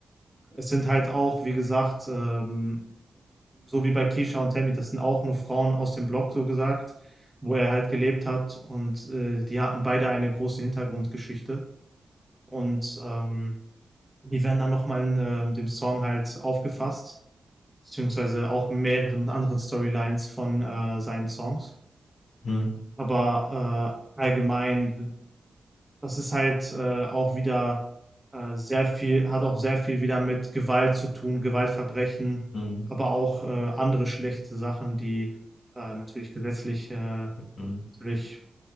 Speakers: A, in the centre; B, on the left (about 75°).
A: es sind halt auch, wie gesagt, ähm, so wie bei Keisha und Tammy, das sind auch nur Frauen aus dem Block, so gesagt, wo er halt gelebt hat und äh, die hatten beide eine große Hintergrundgeschichte. Und ähm, die werden dann nochmal in ähm, dem Song halt aufgefasst, beziehungsweise auch mehreren anderen Storylines von äh, seinen Songs.
B: Mhm.
A: Aber äh, allgemein, das ist halt äh, auch wieder äh, sehr viel, hat auch sehr viel wieder mit Gewalt zu tun, Gewaltverbrechen,
B: Mhm.
A: aber auch äh, andere schlechte Sachen, die äh, natürlich gesetzlich äh,
B: Mhm.
A: natürlich